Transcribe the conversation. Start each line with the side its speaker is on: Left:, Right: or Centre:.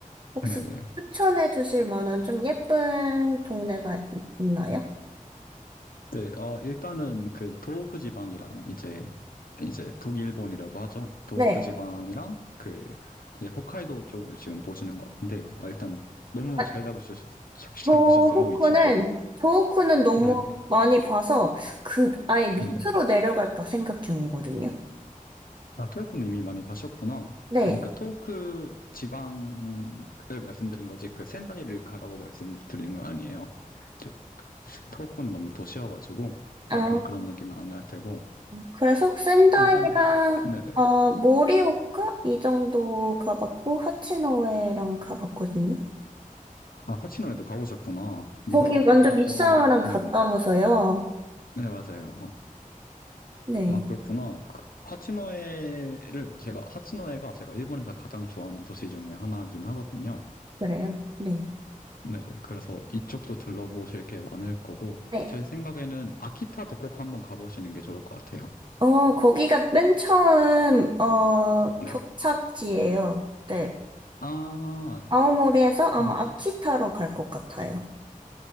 Right: 혹시
Left: 네네. 네,
Right: 추천해 주실 만한 좀 예쁜 동네가 이- 있나요?
Left: 네, 어, 일단은 그 도호구 지방이랑 이제 이제 북일본이라고 하죠. 도호쿠
Right: 네.
Left: 지방이랑 그 이제 홋카이도 쪽을 지금 보시는 것 같은데 아, 일단 너무
Right: 아,
Left: 잘 잡으셨 잘
Right: 도호쿠는,
Left: 잡으셨어요 위치를.
Right: 도호쿠는 너무
Left: 네네
Right: 많이 봐서 그 아예 밑으로
Left: 네네.
Right: 내려갈까 생각 중이거든요.
Left: 아 도호쿠는 이미 많이 가셨구나.
Right: 네.
Left: 그러니까 도호쿠 지방을 말씀드린 거지 그 센다이를 가라고 말씀드리는 건 아니에요. 저- 도호쿠는 너무 도시여가지고
Right: 아,
Left: 약간 그런 느낌은 안 날 테고
Right: 그래서 센다이랑,
Left: 일단은 네네.
Right: 어, 모리오카? 이 정도 가봤고, 하치노에랑 가봤거든요.
Left: 아 파치노에도 가보셨구나. 미사와가
Right: 거기 완전
Left: 첫번
Right: 밑사와랑 가까워서요.
Left: 네네. 네 네, 맞아요.
Right: 네.
Left: 아, 그렇구나. 그 하치노에를 제가 하치노에가 제가 일본에서 가장 좋아하는 도시 중에 하나긴 하거든요.
Right: 그래요. 네.
Left: 네네. 그래서 이쪽도 둘러보실 게 많을 거고
Right: 네.
Left: 제 생각에는 아키타도 꼭 한번 가보시는 게 좋을 것 같아요.
Right: 어, 거기가 맨 처음, 어,
Left: 네.
Right: 도착지예요. 네.
Left: 아,
Right: 아오모리에서
Left: 그럼
Right: 아마 아키타로 갈 것 같아요.